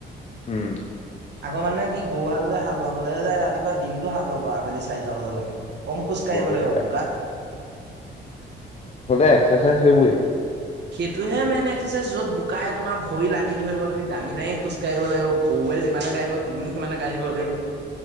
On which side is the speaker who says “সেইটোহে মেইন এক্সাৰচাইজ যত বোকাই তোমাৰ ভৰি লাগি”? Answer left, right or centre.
Right